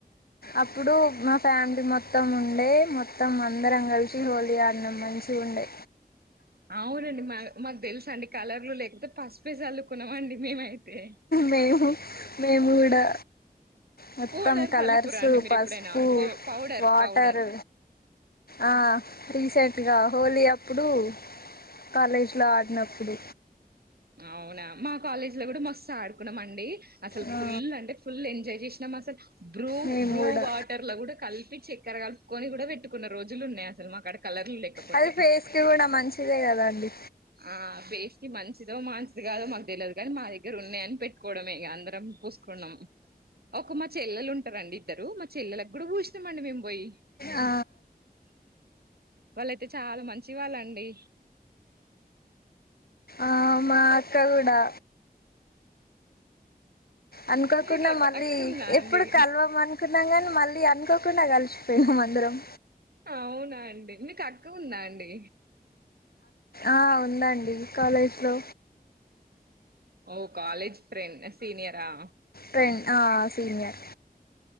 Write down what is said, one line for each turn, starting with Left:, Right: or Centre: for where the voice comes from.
Left: అప్పుడు మా ఫ్యామిలీ మొత్తం ఉండే మొత్తం అందరం కలిసి హోలీ ఆడినాం మంచి గా ఉండే
Right: అవునండి మా మాకు తెలుసు అండి కలర్లు లేకపోతే పసుపె చల్లుకున్నామండి మేమైతే
Left: మేము మేము కూడా మొత్తం
Right: పౌడర్
Left: కలర్సు
Right: చల్లుకురా అండి మీరు
Left: పసుపు
Right: ఎప్పుడైనా పౌ పౌడర్
Left: వాటర్
Right: పౌడర్
Left: ఆ రీసెంట్ హోలీ అప్పుడు కాలేజ్ లో ఆడినప్పుడు
Right: అవునా మా కాలేజీ లో కూడా మస్తు ఆడుకున్నాం అండి అసలు
Left: ఆ,
Right: ఫుల్ అంటే ఫుల్ ఎంజాయ్ చేసినాం అసలు బ్రూ
Left: మేము
Right: బ్రూ
Left: కూడా
Right: వాటర్ లో కూడా కలిపి చెక్క ర కలుపుకొని కూడా పెట్టుకున్న రోజులు ఉన్నాయి అసలు మాకాడ కలర్లు లేకపోతే
Left: అది ఫేస్కి కూడా మంచిదే కదండి
Right: ఆ ఫేస్కి మంచిదో మంచిది కాదో మాకు తెలియదు కానీ మా దగ్గర ఉన్నాయని పెట్టు కోవడేమే అందరం పూసుకున్నాం ఒక మ చెల్లెలు ఉంటారండి ఇద్దరు మ చెల్లలకు కూడా పూసినామండి మేము పోయి
Left: ఆ,
Right: వాళ్ళయితే చాలా మంచి వాళ్ళండి
Left: ఆ మా అక్కకూడా అనుకోకుండా
Right: మీకు ఒక
Left: మళ్ళీ
Right: అక్క ఉందా
Left: ఎప్పుడు
Right: అండి
Left: కలవము అనుకున్నాం కానీ మళ్ళీ అనుకోకుండా కలిసిపోయినం అందరం
Right: అవునా అండి మీకు అక్క ఉందా అండి
Left: అ ఉందండి కాలేజ్ లో
Right: ఓ కాలేజ్ ఫ్రెండ్ సీనియరా
Left: ఫ్రెండ్ ఆ సీనియర్